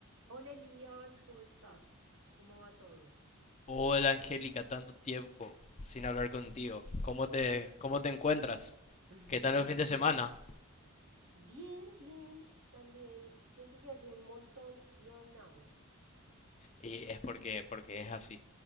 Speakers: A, on the right; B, on the left.
A: Hola Elías, ¿cómo estás? ¿Cómo va todo?
B: Hola Angélica, tanto tiempo sin hablar contigo. ¿Cómo te, cómo te encuentras?
A: <laughs>
B: ¿Qué tal el fin de semana?
A: Bien, bien, también siento que hace un montón no hablamos.
B: Y es porque, porque es así.